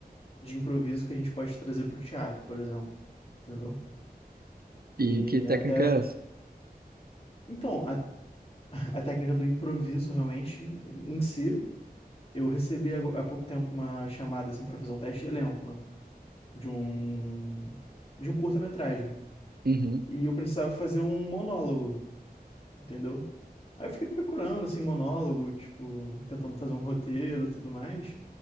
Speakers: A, on the left; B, on the right.
A: de improviso que a gente pode trazer para o teatro, por exemplo. Entendeu?
B: E
A: E
B: que técnica
A: até.
B: é essa?
A: Então, a, a técnica do improviso realmente em si. Eu recebi há há pouco tempo uma chamada assim para fazer um teste de elenco, né? De um de um curta-metragem.
B: Uhum,
A: E eu precisava fazer um monólogo. entendeu? Aí eu fiquei procurando, assim, monólogo, tipo, tentando fazer um roteiro e tudo mais.